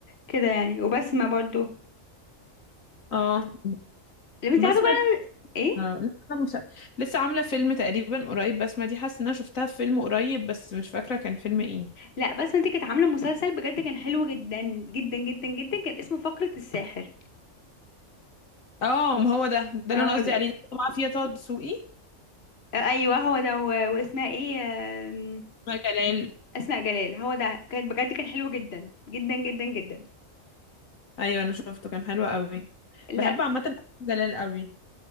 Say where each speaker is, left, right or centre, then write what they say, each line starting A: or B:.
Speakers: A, on the left; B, on the left.
A: كده يعني وبسمة برضو
B: اه
A: اللي انت
B: بسمة
A: عارفه بقى
B: دي-
A: ايه
B: آه، لسه أنا مس- لسه عاملة فيلم تقريبا قريب بسمة دي حاسة ان انا شفتها في فيلم قريب بس مش فاكرة كان فيلم ايه
A: لا بس ما دي كانت عامله مسلسل بجد كان حلو جدا جدا جدا جدا كان اسمه فقرة الساحر
B: اه ما هو ده ده اللي
A: هو
B: انا قصدي
A: ده
B: عليه ده اللي معاه فيها طه دسوقي
A: آه، ايوه هو ده و- واسمها ايه آم،
B: مع جلال
A: اسماء جلال هو ده كان بجد كان حلو جدا جدا جدا جدا
B: ايوه انا شفته كان حلو قوي
A: لا
B: بحب عامة أفلام جلال قوي